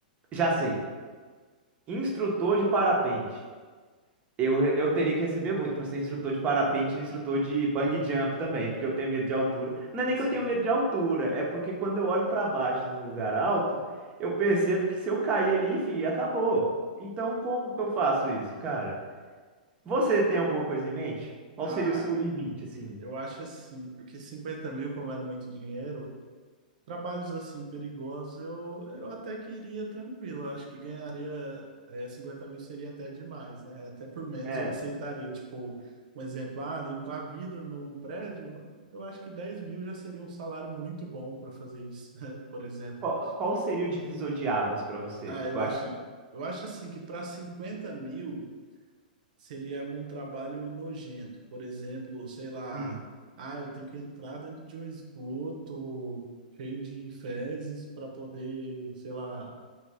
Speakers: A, on the right; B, on the right.
A: Já sei. Instrutor de parapente. Eu, eu teria que receber muito pra ser instrutor de parapente e instrutor de bungee jump também, porque eu tenho medo de altura. Não é
B: <laughs>
A: nem que eu tenho medo de altura, é porque quando eu olho pra baixo num lugar alto, eu percebo que se eu cair ali, fi, acabou. Então, como que eu faço isso, cara? Você tem alguma coisa em mente? Qual
B: Ah,
A: seria o seu limite, assim?
B: eu acho assim, porque 50 mil, como é muito dinheiro, Trabalhos assim perigosos, eu, eu até que iria tranquilo. Eu acho que ganharia é, 50 mil seria até demais, né? Até por menos
A: É,
B: eu aceitaria. Tipo, um exemplo, ah, limpar vidro num prédio, eu acho que 10 mil já seria um salário muito bom para fazer isso, <laughs> né? por exemplo.
A: qual, qual seria o divisor de águas pra você?
B: Ah,
A: Tipo,
B: eu
A: aqui.
B: acho, eu acho assim que para 50 mil seria algum trabalho nojento, por exemplo, sei lá,
A: hum.
B: ah, eu tenho que entrar dentro de um esgoto cheio de fezes para poder, sei lá,